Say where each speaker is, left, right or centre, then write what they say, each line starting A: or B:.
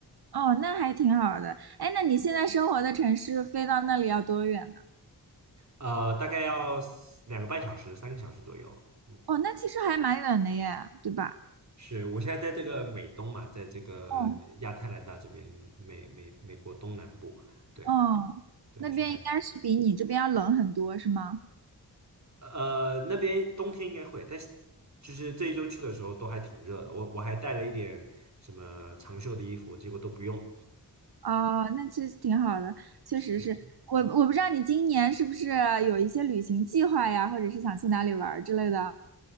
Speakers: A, on the right; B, on the right.
A: 哦，那还挺好的。哎，那你现在生活的城市飞到那里要多远呢？
B: 呃，大概要两个半小时、三个小时左右。嗯，
A: 哦，那其实还蛮远的耶，对吧？
B: 是我现在在这个美东嘛，在这个亚特兰大这边，
A: 哦，
B: 美美美国东南部。对
A: 哦，
B: 对，
A: 那边应该是比你这边要冷很多，
B: 是还
A: 是吗？
B: 呃那边冬天应该会，但是就是这一周去的时候都还挺热的。我我还带了一点什么长袖的衣服，结果都不用。
A: 哦，那其实挺好的，确实是。
B: 对，
A: 我我不知道你今年是不是有一些旅行计划呀，或者是想去哪里玩儿之类的。